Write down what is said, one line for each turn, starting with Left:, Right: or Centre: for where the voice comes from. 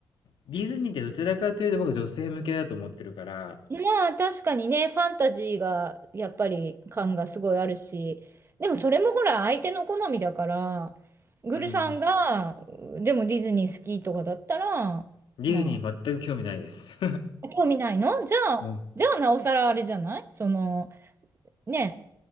Left: ディズニーってどちらかというと僕は女性向けだと思ってるから、
Right: まあ、確かにね、ファンタジーが、やっぱり感がすごいあるし、でもそれもほら、相手の好みだから、グルさんが、
Left: うんうん。
Right: うでもディズニー好きとかだったら、
Left: ディズニー全く興味ないです。
Right: まあ、
Left: <laughs>
Right: 興味ないのじゃあ、
Left: うん。
Right: じゃあなおさらあれじゃないその、ね、